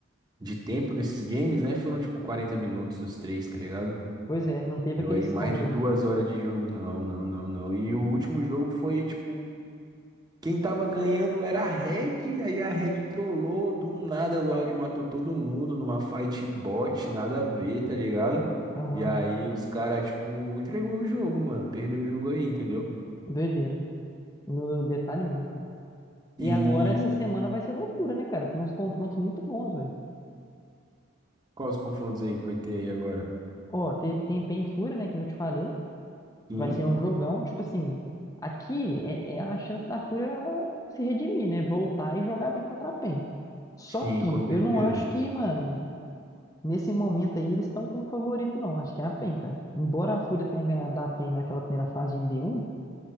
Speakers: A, on the right; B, on the left.
A: de tempo desses games, né, foram tipo 40 minutos os três, tá ligado?
B: Pois é, não teve
A: Deu
B: aquele
A: aí
B: stomp,
A: mais de duas
B: né?
A: horas de jogo, não, não, não, não. E o último jogo foi, tipo, quem tava ganhando era a Red, aí a Red trollou, do nada o Loud matou todo mundo numa fight bot, nada a ver, tá ligado?
B: Aham.
A: E aí os caras, tipo, entregou o jogo, mano, perdeu o jogo aí, entendeu?
B: Doideira. No detalhe mesmo, cara.
A: E
B: E agora essa semana vai ser loucura, né, cara? Tem uns confrontos muito bons, velho.
A: quais os confrontos aí que vai ter aí agora?
B: Ó, te- tem Pain e Fúria, né? Que não te falei.
A: Sim,
B: Vai ser um jogão, tipo assim. Aqui é, é a chance da Fúria se redimir, né? Voltar e jogar bem contra a PEN. Só
A: sim,
B: que
A: com certeza.
B: eu não acho que, mano, nesse momento aí eles estão como favorito, não. Acho que é a PEN, cara. Embora a Fúria tenha ganhado da PEN naquela primeira fase de MD1,